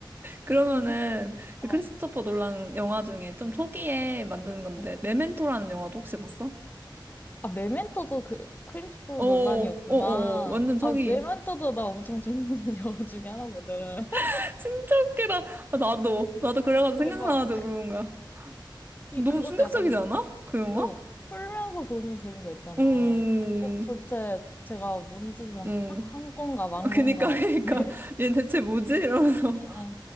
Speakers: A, on the right; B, on the left.
A: 그러면은
B: <laughs>
A: 그
B: 어.
A: 크리스토퍼 놀란 영화 중에 좀 초기에 만든 건데
B: 어.
A: 메멘토라는 영화도 혹시 봤어?
B: 아, 메멘토도 그 크리스토
A: 어어어어
B: 논란이었구나.
A: 완전 초기
B: 아, 메멘토도 나 엄청 좋아하는 <laughs> 영화 중에 하나거든. <laughs>
A: <laughs> 진짜 웃기다 아, 나도 나도 그래가지고 생각나가지고
B: 대박.
A: 물어본 거야
B: 이,
A: 너무
B: 그것도
A: 충격적이지
B: 약간,
A: 않아? 그 영화?
B: 어, 풀면서 보는 재미가 있잖아.
A: 음,
B: 이렇게, 어, 도대체 제가 뭔 짓을 한,
A: 음.
B: 한 건가, 만
A: 그니까
B: 건가.
A: <laughs> 그니까
B: <laughs> 이렇게.
A: 얘 대체 뭐지? 이러면서
B: 어,